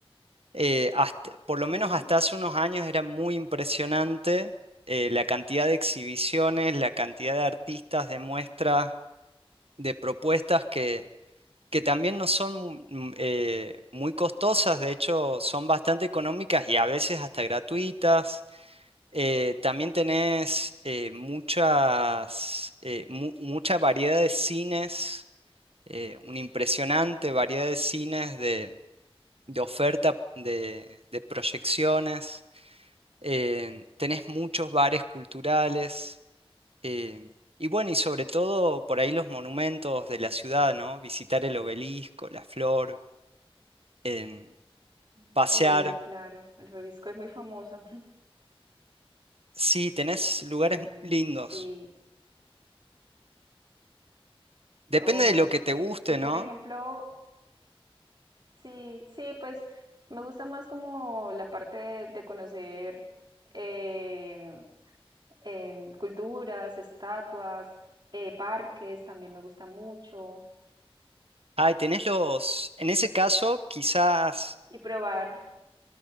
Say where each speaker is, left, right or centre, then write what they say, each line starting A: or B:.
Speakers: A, on the right; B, on the right.
A: Eh, hasta- por lo menos
B: Sí,
A: hasta hace unos años era muy impresionante eh, la cantidad de exhibiciones, la cantidad de artistas, de muestras, de propuestas que que también no son mm, eh, muy costosas, de hecho son bastante económicas y a veces hasta gratuitas. Eh, también tenés eh, muchas, eh, mu- mucha variedad de cines, eh, una impresionante variedad de cines de, de oferta de, de proyecciones. Eh, tenés muchos bares culturales. eh, y bueno, y sobre todo por ahí los monumentos de la ciudad, ¿no? Visitar el obelisco, la flor en pasear.
B: sí, claro. El Bebisco es muy famoso.
A: Sí, tenés lugares
B: Mm,
A: lindos.
B: sí,
A: Depende
B: ok.
A: de lo que te guste,
B: Y por
A: ¿no?
B: ejemplo, Sí, sí, pues me gusta más como la parte de conocer em, em, culturas, estatuas, eh, parques, también me gusta mucho.
A: Ay, tenés los... En ese caso, quizás...
B: Y probar,